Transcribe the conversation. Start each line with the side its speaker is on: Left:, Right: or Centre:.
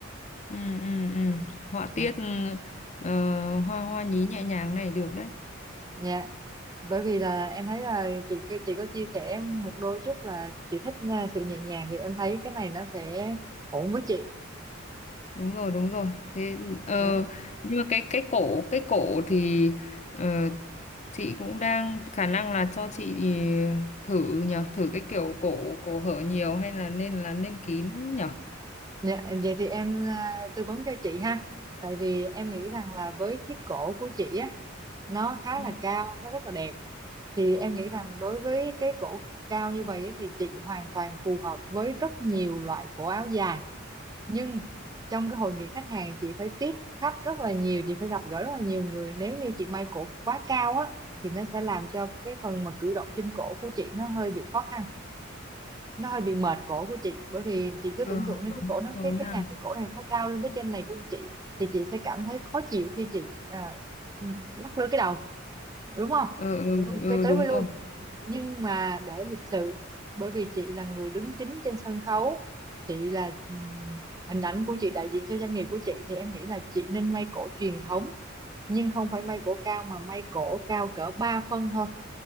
Left: ừ, ừ, ừ. họa
Right: dạ
Left: tiết ờ, hoa hoa nhí nhẹ nhàng này được đấy
Right: Dạ. bởi vì là em thấy là chị chị có chia sẻ một đôi chút là chị thích ờ, sự nhẹ nhàng thì em thấy cái này nó sẽ ổn với chị
Left: đúng rồi đúng rồi thế ờ,
Right: Dạ.
Left: nhưng mà cái cái cổ cái cổ thì ờ, chị cũng đang khả năng là cho chị ờ, thử nhở thử cái kiểu cổ cổ hở nhiều hay là nên là nên kín nhở
Right: Dạ, vậy thì em à, tư vấn cho chị ha. Tại vì em nghĩ rằng là với chiếc cổ của chị á, nó khá
Left: ừ,
Right: là cao, nó rất là đẹp. Thì em nghĩ rằng đối với cái cổ cao như vậy á, thì chị hoàn toàn phù hợp với rất nhiều loại cổ áo dài. Nhưng trong cái hội nghị khách hàng chị phải tiếp khách rất là nhiều, chị phải gặp gỡ rất là nhiều người. Nếu như chị may cổ quá cao á, thì nó sẽ làm cho cái phần mà cử động trên cổ của chị nó hơi bị khó khăn nó hơi bị mệt cổ của chị bởi vì chị cứ
Left: ờ,
Right: tưởng tượng đến
Left: đúng
Right: cái cổ nó
Left: rồi
Right: cái cái
Left: ha
Right: này cái cổ này nó cao lên tới trên này của chị thì chị sẽ cảm thấy khó chịu khi chị à, lắc lư cái đầu đúng không
Left: ờ, ờ,
Right: cũng không tới
Left: ờ,
Right: tới
Left: đúng
Right: với
Left: rồi
Right: lui nhưng mà để lịch sự bởi vì chị là người đứng chính trên sân khấu chị là ừm, hình ảnh của chị đại diện cho doanh nghiệp của chị thì em nghĩ là chị nên may cổ truyền thống nhưng không phải may cổ cao mà may cổ cao cỡ 3 phân thôi